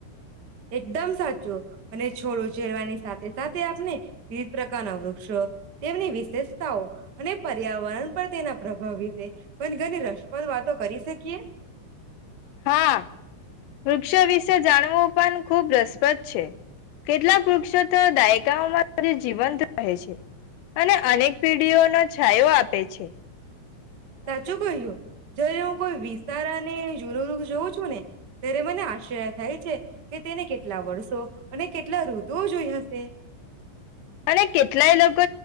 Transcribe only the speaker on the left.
હા વૃક્ષો વિશે જાણવું પણ ખૂબ રસપ્રદ છે કેટલાક વૃક્ષો તો દાયકાઓમાં જીવંત રહે છે અને અનેક પેઢીઓનો છાયો આપે છે. <unintelligible>
અને કેટલાય લોકો